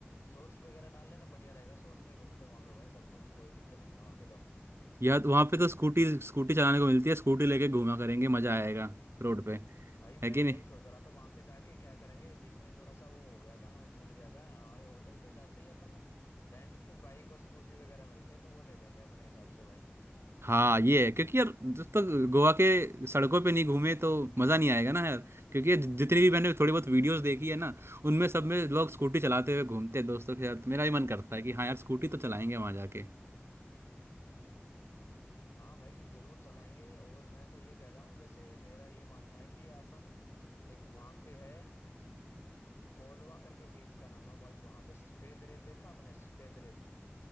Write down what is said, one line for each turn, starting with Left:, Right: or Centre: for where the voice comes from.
Left: शॉर्ट्स वगैरह डाल लेना बढ़िया रहेगा शॉर्ट्स में घूमते वहां पे भाई सब कुछ कोई दिक्कत नहीं है वहां पे तो
Right: यार वहां पे तो स्कूटी स्कूटी चलाने को मिलती है स्कूटी लेके घूमा करेंगे मजा आएगा रोड पे
Left: भाई
Right: है
Left: मैं
Right: कि
Left: यही
Right: नहीं
Left: सोच रहा था वहां पे जाके क्या करेंगे बीच में थोड़ा सा वो हो गया था मैं भूल गया था आ, होटल पे जाते ही अपन रेंट पे बाइक और स्कूटी वगैरह मिलती है तो वो ले लेंगे अपने हिसाब से भाई
Right: हाँ ये है क्योंकि यार जब तक गोवा के सड़कों पे नहीं घूमे तो मजा नहीं आएगा ना यार क्योंकि ये जितनी भी मैंने थोड़ी बहुत वीडियोस देखी है ना उनमें सब में लोग स्कूटी चलाते हुए घूमते हैं दोस्तों के साथ मेरा भी मन करता है कि हाँ यार स्कूटी तो चलाएंगे वहां जाके
Left: हाँ भाई जरूर चलाएंगे और मैं तो ये कह रहा हूँ जैसे मेरा ये मानना है कि अपन एक वहां पे है कोलवा करके बीच का नाम है भाई वहां पे सफेद रेत देखा आपने सफेद रेत